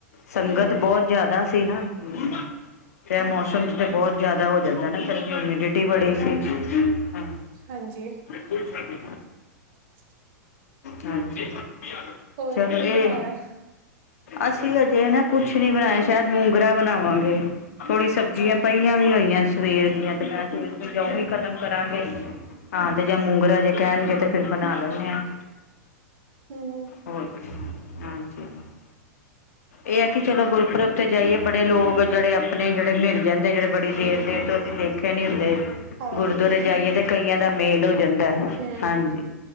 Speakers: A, on the left; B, on the right.
A: ਸੰਗਤ
B: ਹੂੰ।
A: ਬਹੁਤ ਜ਼ਿਆਦਾ ਸੀ। ਨਾ ਹੂ, ਤੇ ਮੌਸਮ ਚ ਤੇ ਬਹੁਤ ਜਿਆਦਾ ਹੋ ਜਾਂਦਾ। ਨਾ, ਫਿਰ ਹੈ ਹੂਮਿਡਿਟੀ ਬੜੀ ਸੀ। ਹ
B: ਹਾਂਜੀ,
A: ਬਿਲਕੁਈ ਫਰ <inaudible>
B: <inaudible>
A: ਹਾਂਜੀ,
B: ਹੋਰ
A: ਚਲੋ
B: ਕੀ
A: ਇਹ
B: ਬਣਾਇਆ
A: ਅਸੀਂ ਹਜੇ ਨਾ ਕੁਛ ਨੀ ਬਣਾਇਆ ਸ਼ਾਇਦ, ਮੂੰਗਰਾ ਬਣਾਵਾਂਗੇ। ਥੋੜੀ ਸਬਜ਼ੀਆਂ
B: ਅੱਛਾ
A: ਪਈ। ਈਆ ਵੀ ਹੋਈਆਂ ਸਵੇਰ ਦੀਆਂ ਤੇ ਮੈਂ ਜਾਓ
B: ਹੂੰ
A: ਵੀ ਖਤਮ। ਕਰਾਂਗੇ, ਹਾਂ ਤੇ ਜਾਂ ਮੂੰਗਰਾ ਜੇ ਕਹਿਣਗੇ ਤੇ ਫਿਰ ਬਣਾ ਦਿਨੇ ਆ।
B: ਹੂੰ।
A: ਹੋਰ ਦੱਸੋ, ਹਾਂਜੀ। ਹ ਇਹ ਹੈ, ਕਿ ਚਲੋ ਗੁਰਪੁਰਬ ਤੇ ਜਾਈਏ ਬੜੇ ਲੋਕ ਜਿਹੜੇ ਆਪਣੇ ਜਿਹੜੇ ਮਿਲ ਜਾਂਦੇ। ਜਿਹੜੇ ਬੜੀ ਦੇਰ ਦੇਰ ਤੋਂ ਅਸੀਂ ਦੇਖ। ਕਹਿੰਦੇ ਨੀ ਹੁੰਦੇ,
B: ਹਾਂਜੀ
A: ਗੁਰਦੁਆਰੇ ਜਾਈਏ ਤੇ ਕਈਆਂ ਦਾ ਮੇਲ ਹੋ ਜਾਂਦਾ
B: ਹੂੰ
A: ਹਾਂਜੀ।